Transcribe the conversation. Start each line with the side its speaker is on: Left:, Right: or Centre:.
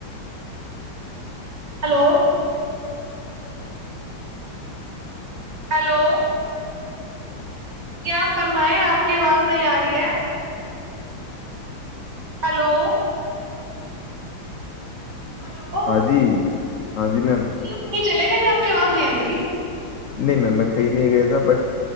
Right: ہلو ہیلو کیا آپ فرمائیں آپ کی آواز نہیں آ رہی ہے ہلو ہلو
Left: ہاں جی ہاں میم
Right: جی آ کہ چلے گئے بھی آپ کی آواز نہیں آ رہی تھی
Left: نہیں میم میں کہی نہیں گیا تھا بٹ